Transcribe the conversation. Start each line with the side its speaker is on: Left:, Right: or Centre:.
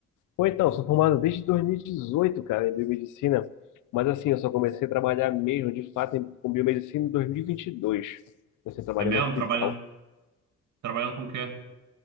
Left: Pô, então, sou formado desde 2018, cara, em biomedicina, mas assim, eu só comecei a trabalhar mesmo, de fato, em- com biomedicina em 2022. Comecei a trabalhar
Right: É mesmo?
Left: no hospital.
Right: Trabalhando, trabalhando com o quê?